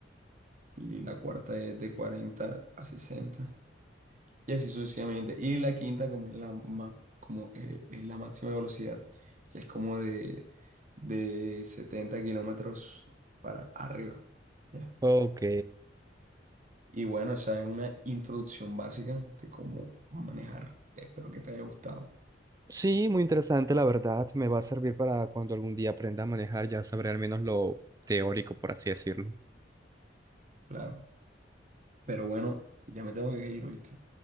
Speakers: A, on the right (about 45°); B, on the right (about 20°).
A: Y la cuarta es de 40 a sesenta Y así sucesivamente. Y la quinta como es la, ma- como e- es la máxima velocidad, que es como de, de 70 kilómetros para arriba. ¿ya?
B: Ok.
A: Y bueno, esa es una introducción básica de cómo manejar. Espero que te haya gustado,
B: Sí, muy interesante, la verdad. Me va a servir para cuando algún día aprenda a manejar, ya sabré al menos lo teórico, por así decirlo.
A: claro. Pero bueno, ya me tengo que ir, ¿oíste?